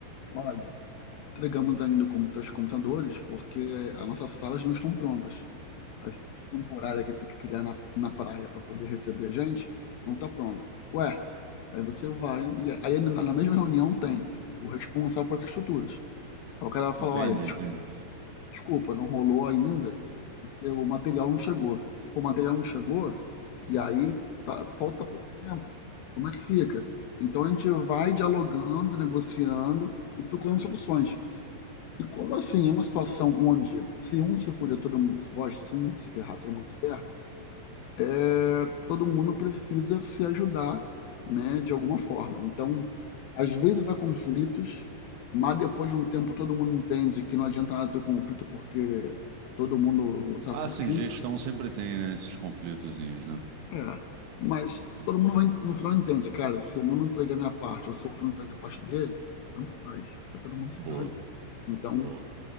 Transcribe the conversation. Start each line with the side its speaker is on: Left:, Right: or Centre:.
Left: Olha, entregamos ainda o computa- os computadores porque as nossas salas não estão prontas. A estrutura temporária que tem que criar na, na praia para poder receber a gente não está pronta. Ué, aí você vai, e aí na na mesma reunião tem o responsável por essas estruturas. Aí o cara vai
Right: Entendi,
Left: falar: olha, des-
Right: entendi.
Left: desculpa, não rolou ainda porque o material não chegou. O material não chegou e aí tá, falta pouco tempo. Como é que fica? Então a gente vai dialogando, negociando e procurando soluções. E como assim, é uma situação onde se um se fuder, todo mundo se fode, se um se ferrar, todo mundo se ferra, eh, todo mundo precisa se ajudar, né, de alguma forma. Então, às vezes há conflitos, mas depois de um tempo todo mundo entende que não adianta nada ter o conflito porque todo mundo se afunda
Right: Ah, sim,
Left: junto.
Right: gestão sempre tem, né, esses conflitozinhos, né?
Left: É, mas
Right: Ó,
Left: todo mundo vai, no final entende, cara, se eu não entregar a minha parte ou se o outro não entrega a parte dele, tanto faz, vai todo mundo se
Right: boa,
Left: ferrar junto. Então,
Right: boa.